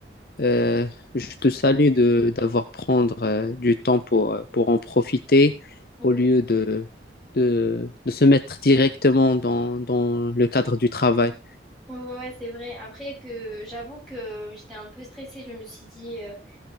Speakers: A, on the left (about 55°); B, in the centre.
A: Euh, je te salue de d'avoir prendre euh, du temps pour, euh, pour en profiter
B: oui,
A: au lieu de, de, de se mettre directement dans, dans le cadre du travail.
B: ouais, ouais, ouais, c'est vrai. Après que j'avoue que j'étais un peu stressée, je me suis dit, euh,